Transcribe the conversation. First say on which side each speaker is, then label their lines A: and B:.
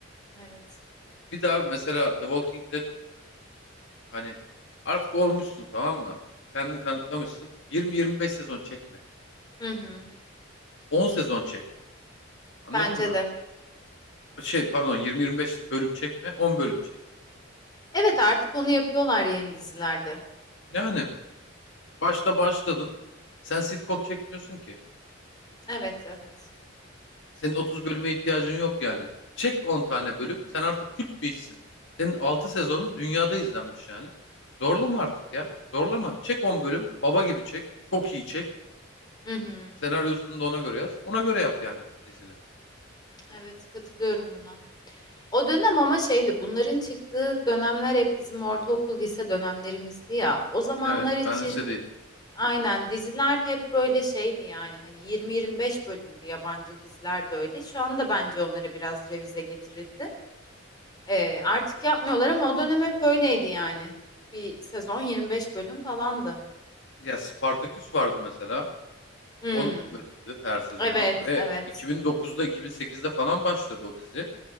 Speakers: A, on the left (about 20°); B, on the left (about 65°).
A: Evet.
B: Bir daha mesela The Walking Dead hani artık olmuşsun tamam mı? Kendini kanıtlamışsın. 20-25 sezon çekme.
A: Hı hı.
B: 10 sezon çek. Anladın
A: Bence
B: mı?
A: de.
B: Şey pardon 20-25 bölüm çekme 10 bölüm çek.
A: Evet artık onu yapıyorlar yeni dizilerde.
B: Yani başta başladın. Sen sitcom çekmiyorsun ki.
A: Evet, evet.
B: Senin 30 bölüme ihtiyacın yok yani. Çek 10 tane bölüm. Sen artık kült bir işsin. Senin 6 sezonun dünyada izlenmiş yani. Zorlama artık ya. Zorlama. Çek 10 bölüm. Baba gibi çek. Çok iyi çek.
A: Hı hı.
B: Senaryosunu da ona göre yaz. Ona göre yap yani dizini.
A: Evet, katılıyorum buna. O dönem ama şeydi, bunların çıktığı dönemler hep bizim ortaokul, lise dönemlerimizdi ya. O zamanlar
B: Evet,
A: için
B: ben lisedeydim.
A: aynen diziler hep böyle şeydi yani. Hani 20-25 bölümdü yabancı diziler de öyle. Şu anda bence onlara biraz revize getirildi. Ee, artık yapmıyorlar ama o dönem hep öyleydi yani. Bir sezon 25 bölüm falandı.
B: Ya Spartaküs vardı mesela.
A: Hmm.
B: on bölümdü her sezonu
A: Evet,
B: ve
A: evet.
B: 2009'da 2008'de falan başladı o dizi.